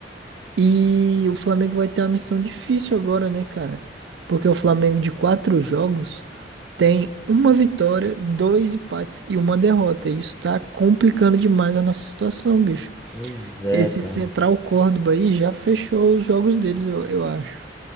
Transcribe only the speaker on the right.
E o Flamengo vai ter uma missão difícil agora, né, cara? Porque o Flamengo de quatro jogos tem uma vitória, dois empates e uma derrota. E isso tá complicando demais a nossa situação, bicho.
Esse
Central Córdoba aí já fechou os jogos deles, eu, eu acho.